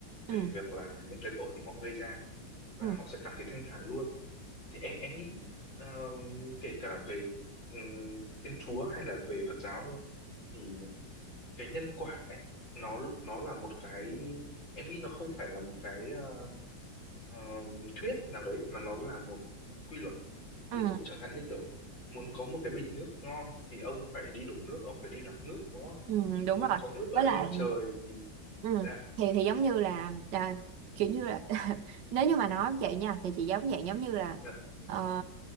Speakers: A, on the left; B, on the right.
A: về
B: Ừ.
A: việc là những cái tội mà họ gây ra và
B: Ừ.
A: họ sẽ cảm thấy thanh thản luôn thì em em nghĩ ờ, kể cả về ừm, Thiên Chúa hay là về Phật giáo thôi, thì cái nhân quả ấy nó nó là một cái em nghĩ nó không phải là một cái ờ, ờ, thuyết nào đấy mà nó là một quy luật
B: Ừ.
A: ví dụ chẳng hạn như kiểu muốn có một cái bình nước ngon thì ông phải đi đổ nước ông phải đi lọc nước đúng không
B: Ừ, đúng
A: muốn
B: rồi
A: có nước ở
B: với
A: trên
B: lại
A: trời thì
B: ừ,
A: dạ
B: thì thì giống như là à, kiểu như là <laughs> nếu như mà nói vậy nha thì chị giống dạng giống như là
A: dạ
B: ờ,